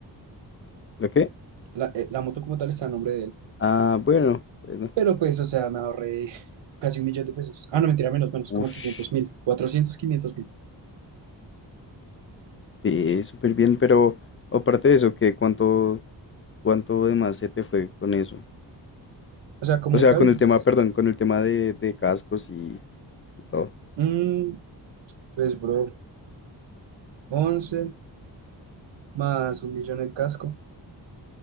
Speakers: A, on the left (about 30°); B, on the right (about 85°).
A: ¿La qué?
B: La, eh, la moto como tal está a nombre de él.
A: Ah, bueno, bueno.
B: Pero pues, o sea, me ahorré casi un millón de pesos. Ah, no, mentira, menos, menos,
A: Ush,
B: como quinientos mil, cuatrocientos quinientos mil.
A: ve súper bien, pero aparte de eso, ¿qué? ¿Cuánto, cuánto de más se te fue con eso?
B: O sea, como
A: O sea,
B: tal,
A: con el
B: es,
A: tema, perdón, con el tema de, de cascos y, y todo.
B: mm, pues, bro, 11 más un millón el casco,